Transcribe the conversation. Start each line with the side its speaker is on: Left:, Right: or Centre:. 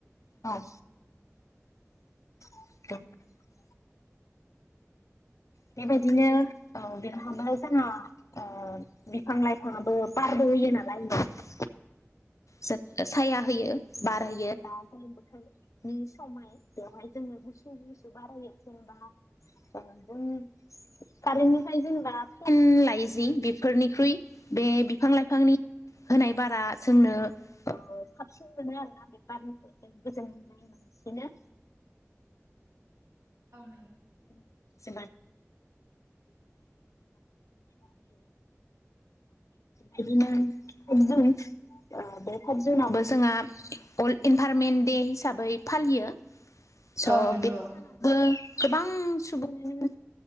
Left: औ <inaudible> बेबायदिनो औ बेनो <unintelligible> जाना ओ बिफां लाइफाङाबो बारबो होयो नालाय आंनाव जों साया होयो बारहोयो दा गोलोम बोथोरनि समहाय बेवहाय जोङो गुसु गुसु बारहयो जेनेबा जों कारेन्टनिफ्राय जेनेबा फेन लायो जि बेफोरनिख्रुइ बे बिफां लाइफांनि होनाय बारा जोंनो साबसिन मोनो आरोना बे बारनिखौ जों गोजोन मोननाय मोनसिनो
Right: औ नांगौ
Left: <unintelligible> बिदिनो फाइभ जुन बे फाइभ जुनावबो जोंहा अर्ल्ड इनभारमेन्ट दे हिसाबै फालियो स'
Right: औ नंगौ
Left: बे सानावबो गोबां सुबुङानो